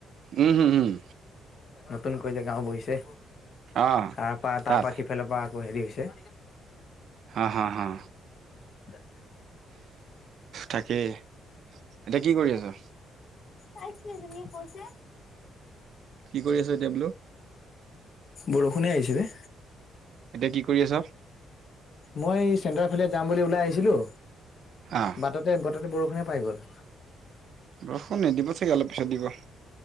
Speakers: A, on the right; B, on the left.
A: উম'-হম-উম।
B: নতুনকৈ যে গাঁও বহিছে,
A: অ
B: তাৰ পৰা,
A: তাত
B: তাৰ পৰা সিফালৰ পৰা হেৰি হৈছে
A: হা হা হা
B: <unintelligible>
A: থাকেই, এতিয়া কি কৰি আছা।
B: চাই যেনেকে কৈছে।
A: কি কৰি আছ, এতিয়া বোলো।
B: বৰষুণে আহিছে দে।
A: এতিয়া কি কৰি আছা।
B: মই চেণ্টাৰৰ ফালে যাম বুলি ওলাই আহিছিলো,
A: আহ
B: বাটতে বাটতে বৰষুণে পাই গ'ল।
A: বৰষুণ নিদিব চাগে অলপ পিছত দিব।